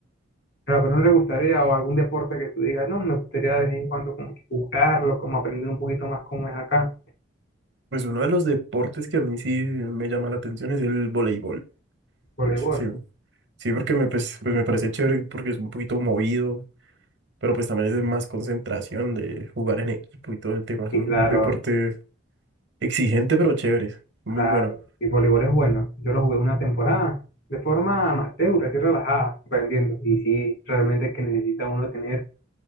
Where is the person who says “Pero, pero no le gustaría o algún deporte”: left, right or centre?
Left